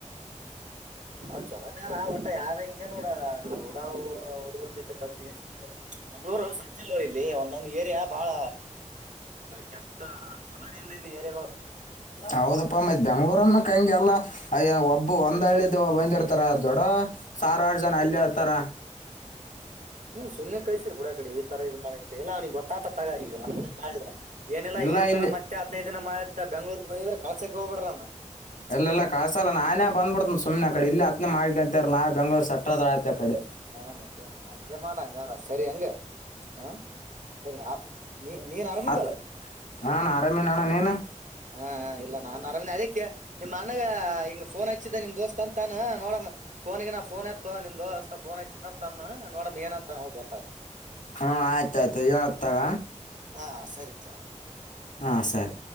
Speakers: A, on the right (about 75°); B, on the left (about 80°).
A: ಹೌದ್ ಚೊಲೋನ್ ಯಾರ ಒಟ್ಟ ಯಾರ ಹಂಗ ಹಗೆ ನೋಡ ಹಡಾ ಹುಡುಗ ಜೊತೆ ಕಟ್ಟ ಮಂಗ್ಗಳೂರು ಸಜಲ್ಲ ಇಲ್ಲಿ ಒಂದೊಂದ್ ಏರಿಯಾ ಬಹಳ ಕೆಟ್ಟ ಚೊಲನೆಲ್ಲ ಇಲ್ಲಿ ಏರೆಗಳು
B: ಹೌದಪ್ಪ ಮತ್ ಬೆಂಗಳೂರು ಕಂಗೆ ಎಲ್ಲ ಒಬ್ಬ ಒಂದ್ ಹಳ್ಳಿ ಬಂದಿರ್ತಾರ ದೊಡ್ಡ ಸಾವಿಾರು ಜನ ಅಲ್ಲಿ ಹತಾರ
A: ಹ ಹ್ಮ್ ಸುಮ್ಮನೆ ಕೈಸಿರಿ ಬ ಬಿಡಾಕಡೆ ಈ ತರ ಇದ್ ಮಾಡಂಗ ಎಲ್ಲ ಅವ್ನಿಗೆ ಗೊತ್ತಾತ ತಗ ಈಗಿದ ಏನಿಲ್ಲ
B: ಇಲ್ಲ
A: ಇದೇ
B: ಇಲ್ಲಿ
A: ತರ ಮತ್ತೆ ಹದ್ೈದು ದಿನ ಮಾ ಬ ಬೆಂಗ್ೂಗ್ ಹೋದ್ರೆ ಕಸಕ್ಕೆ ಹೋಗ್ಬೇಡ್ರ ಅವ್ನ
B: ಇಲ್ಲ ಇಲ್ಲ ಕಸಲ್ಲ ನಾನೇ ಬಂದ್ಬಿಡ್ತನ ಸು್ನೆ ಕಡೆ ಇಲ್ಲಿ ಹತ್ನನೆ ಮಾಡ್ಕಿ ಅಂತರ್ ನಾ ಬೆಂಗಳೂರು ಸಟ್ಟದ್ರ ಆಯತ ಆ ಕಡೆ
A: ಹಾ ಮತ್ತೆ ಹಂಗೆ ಮಾಡ ಹಂಗಾರ ಸರಿ ಹಂಗ ಹಾ ಸರಿ ಆ ನೀ ನೀನ್ ಆರಾಮಿದಲ್ಲ
B: ಆತ್ ಹಾಂ ಆರಾಮೇನಣ್ಣ ನೀನು
A: ಹಾ ಇಲ್ಲ ನಾನ್ ಆರಾಮ ಅದಕ್ಕೆ ನಿಮ್ಮ್ ಅಣ್ಣಗ ಹಂಗ ಫೋನ್ ಹಚ್ಚಿದ್ದೆ ನಿಮ್ ದೋಸ್ತ್ ಅಂತಾನ ನೋಡ ಫೋನ್ಿಗೆ ನಾಫೋನ್ ಎತ್ತು ನಿಮ್ದು ಅಸಫೋನ್ ತನ್ ಅಂತ ಅಂದ ನೋಡಮ ಏನಂತ ಹೋಗ್ ಬತ್ತಾರ
B: ಹಾ ಆಯ್ತಾಯಯ್ತು ತಗ
A: ಹಾ ಸರಿತ
B: ಹಾಂ ಸರ್